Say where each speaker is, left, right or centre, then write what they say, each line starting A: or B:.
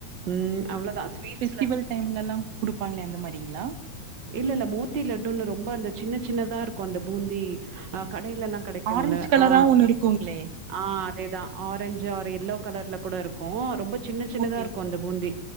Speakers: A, on the right; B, on the right.
A: ம் அவ்ளோதா ஸ்வீட்
B: ஃபிவெல் டைம்லல்லாக் குடுக் பங்ளே அந்தமாரிங்ளா
A: இல்லல்ல மோத்தி லட்டுன்னு ரொம்ப அந்த சின்ன சின்னதாருக்கு அந்த பூந்தி ஆ கடைய்லெல்லா கடைக்கும்ல்ல
B: ஆரஞ்ச் கலரா
A: ஆ
B: ஒண்ணு இருக்குங்களே
A: ஆ அதேதா ஆரஞ் <unintelligible> எல்லோ கலர்ல கூட இருக்கு ரொம்ப சின்ன சின்னதாருக்கு
B: ஓகே
A: அந்த பூந்தி